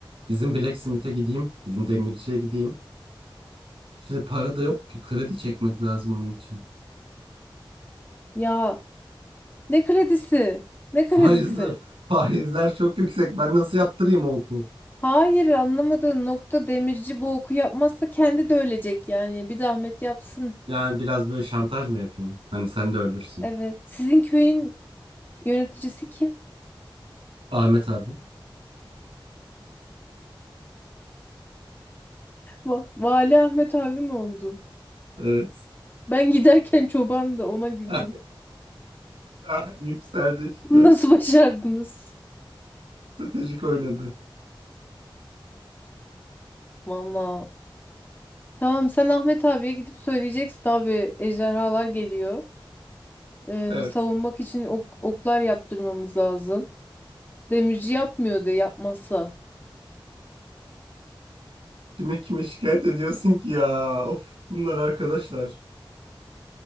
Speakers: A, on the right; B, on the left.
A: Bizim Blacksmith'e gideyim. Bizim demirciye gideyim. Şimdi para da yok ki kredi çekmek lazım onun için.
B: Ya ne kredisi? Ne
A: Faizler,
B: kredisi?
A: faizler çok yüksek. Ben nasıl yaptırayım o oku?
B: Hayır anlamadığın nokta demirci bu oku yapmazsa kendi de ölecek yani. Bir zahmet yapsın.
A: Yani biraz böyle şantaj mı yapayım? Hani sen de ölürsün.
B: Evet. Sizin köyün yöneticisi kim?
A: Ahmet abi.
B: Va- Vali Ahmet abi mi oldu?
A: Evet.
B: Ben giderken çoban da ona güldüm.
A: <laughs> Ah, Yükseldi işte.
B: Bunu Nasıl başardınız?
A: Stratejik oynadı.
B: Valla. Tamam sen Ahmet abiye gidip söyleyeceksin abi ejderhalar geliyor. Ee,
A: Evet.
B: savunmak için ok- oklar yaptırmamız lazım. Demirci yapmıyor yapmıyordu yapmazsa.
A: Kime kime şikayet ediyorsun ki ya? Of bunlar arkadaşlar.